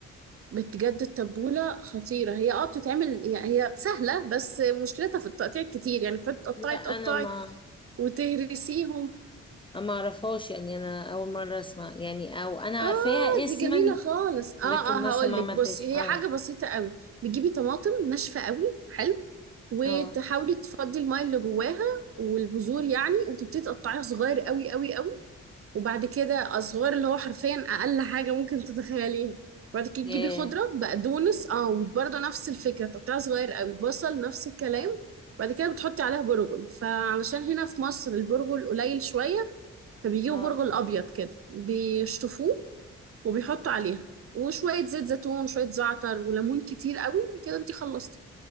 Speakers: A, on the right; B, on the left.
A: بجد التبولة خطيرة هي اه بتتعمل هي هي سهلة بس مشكلتها في التقطيع كتير يعني بتقعدي تقطعي
B: لا
A: تقطعي
B: أنا ما
A: وتهرسيهم
B: ما أعرفهاش يعني أنا أول مرة أسمع يعني أو أنا
A: اه
B: عارفاها اسما
A: دي جميلة خالص
B: لكن
A: اه اه
B: مثلا
A: هقول
B: ما
A: لك
B: عملتهاش
A: بصي
B: اه
A: هي حاجة بسيطة قوي بتجيبي طماطم ناشفة قوي حلو وتحاولي
B: اه
A: تفضي الماء اللي جواها والبذور يعني وتبتدي تقطعيها صغير قوي قوي قوي وبعد كده أزوار اللي هو حرفيا أقل حاجة ممكن تتخيليها بعد كده
B: ياه
A: تجيبي خضرة بقدونس اه وبرضه نفس الفكرة تقطيع صغير قوي بصل نفس الكلام بعد كده بتحطي عليها برغل فعلشان هنا في مصر البرغل قليل شوية فبيجيبوا
B: اه
A: برغل أبيض كده بيشطفوه وبيحطوا عليها وشوية زيت زيتون شوية زعتر وليمون كتير قوي كده انتي خلصتي